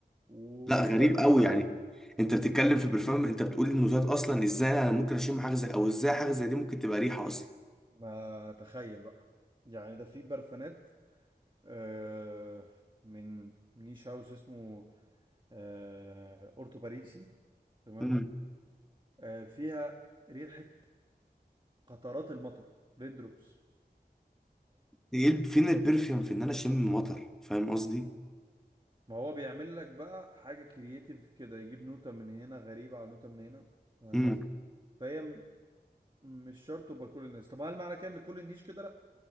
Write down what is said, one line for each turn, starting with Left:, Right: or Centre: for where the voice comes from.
Right: وفي
Centre: لا غريب
Right: برفانات
Centre: قوي
Right: عادي
Centre: يعني انت بتتكلم في برفان انت بتقول انه ذات اصلا ازاي انا ممكن اشم حاجه زي او ازاي حاجه زي دي ممكن تبقى ريحه اصلا
Right: ما تخيل بقى يعني ده في برفانات آه من نيش هاوس اسمه آه اورتو باريسي تمام
Centre: امم
Right: آه فيها ريحة قطرات المطر ريندروبس
Centre: ايه فين البرفيوم في ان انا اشم مطر فاهم قصدي
Right: ما هو بيعمل لك بقى حاجة كرييتيف كده يجيب نوتة من هنا غريبة على نوتة من هنا وهكذا
Centre: امم
Right: فهي م- مش شرط تبقى كل الناس طب هل معنى كده ان كل النيش كده لا